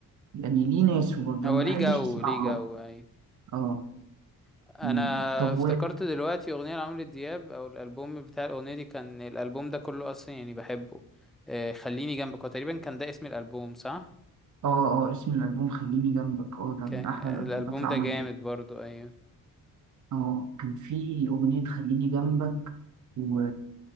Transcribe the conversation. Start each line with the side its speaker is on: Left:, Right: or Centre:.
Right: يعني ليه ناس برضه
Centre: هو
Right: أنا مبحبش
Centre: ليه جو
Right: أسمعه
Centre: ليه جو اي
Right: اه
Centre: انا
Right: مم. طب
Centre: افتكرت دلوقتي اغنيه لعمرو دياب او الالبوم بتاع الاغنيه دي كان الالبوم ده كله اصلا يعني بحبه آه، خليني جنبك هو تقريبا كان ده اسم الالبوم صح
Right: اه اه اسم الألبوم خليني جنبك اه ده
Centre: كان
Right: من أحلى الألبومات
Centre: الالبوم
Right: اللي
Centre: ده
Right: عملت
Centre: جامد
Right: دي
Centre: برضو ايوه
Right: اه كان في أغنية خليني جنبك و...